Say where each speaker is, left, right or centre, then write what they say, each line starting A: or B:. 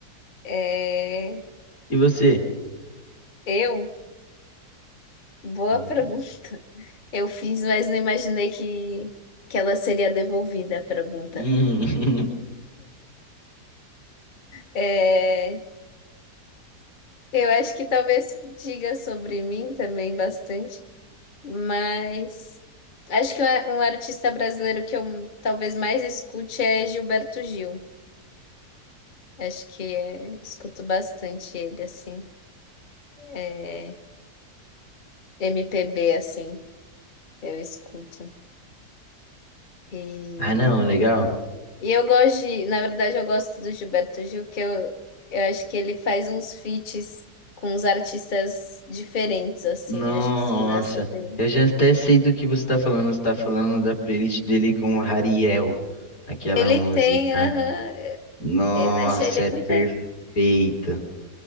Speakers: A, on the left; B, on the left.
A: É...
B: E você?
A: Eu. Boa
B: Uhum.
A: pergunta. Eu fiz, mas não imaginei que, que ela seria devolvida, a pergunta.
B: Hum. <laughs>
A: É, eu acho que talvez diga sobre mim também bastante, mas acho que um, um artista brasileiro que eu talvez mais escute é Gilberto Gil. Acho que é, escuto bastante ele, assim. É, MPB, assim, eu escuto. e
B: Ah, não, legal.
A: E eu gosto de, na verdade, eu gosto do Gilberto Gil, que eu, eu acho que ele faz uns feats com uns artistas diferentes, assim,
B: Nossa,
A: acho isso massa dele.
B: eu já até sei do que você tá falando. Você tá falando da playlist dele com o Hariel, aquela
A: Ele
B: música.
A: tem, aham,
B: Nossa,
A: eu achei ele
B: é
A: muito,
B: perfeito.